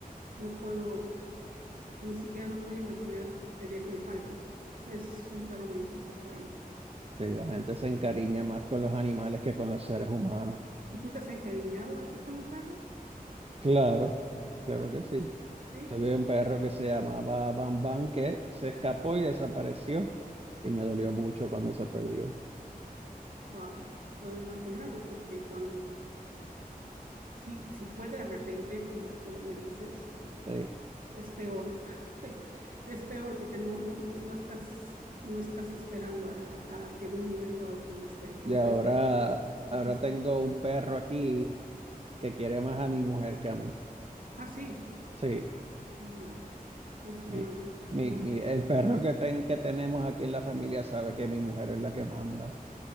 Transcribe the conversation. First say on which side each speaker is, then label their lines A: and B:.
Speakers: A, on the right; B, on the right.
A: no puedo, ni siquiera no puedo imaginar el día que él falte. Es un perro muy especial para mí.
B: Sí, la gente se encariña más con los animales que con los seres humanos.
A: ¿Y tú te has encariñado antes con un perro?
B: Claro, claro que sí.
A: Sí.
B: Tuve un perro que se llamaba Bam Bam que se escapó y desapareció. Y me dolió mucho cuando se perdió.
A: Wow. Puedo imaginarlo porque cuando si, si fue de repente, como, como me dices,
B: Sí,
A: es peor. <laughs> Es peor porque no, no, no, no estás, no estás esperando a, a- a que de un momento a otro no esté. Una
B: Y ahora,
A: pérdida es
B: ahora
A: difícil.
B: tengo un perro aquí que quiere más a mi mujer que a mí.
A: Ah, sí.
B: Sí,
A: Ah, bueno. Pues
B: mi,
A: yo no sé.
B: mi,
A: No sé.
B: mi- el perro que, ten, que tenemos aquí en la familia sabe que mi mujer es la que manda